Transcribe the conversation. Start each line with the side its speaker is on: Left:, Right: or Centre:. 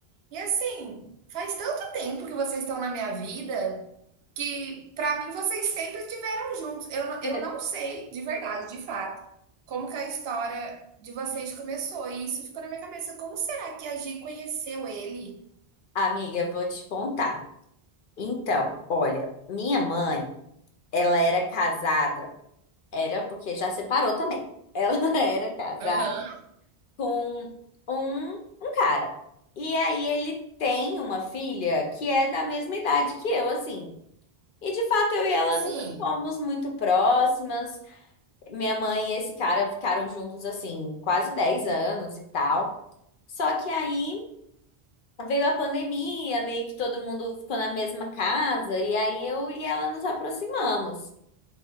Right: E assim, faz tanto tempo que vocês estão na minha vida que, pra mim, vocês sempre estiveram juntos. Eu, não-
Left: <laughs>
Right: eu não sei, de verdade, de fato, como que a história de vocês começou. E isso ficou na minha cabeça. Como será que a Gi conheceu ele?
Left: Amiga, eu vou te contar. Então, olha, minha mãe, ela era casada, era porque já separou também. Ela <laughs> era casada.
Right: Aham.
Left: com um, um cara. E aí ele tem uma filha que é da mesma idade que eu, assim. E de fato eu e ela
Right: Sim.
Left: nunca fomos muito próximas. Minha mãe e esse cara ficaram juntos, assim, quase 10 anos e tal. Só que aí veio a pandemia, meio que todo mundo ficou na mesma casa, e aí eu e ela nos aproximamos.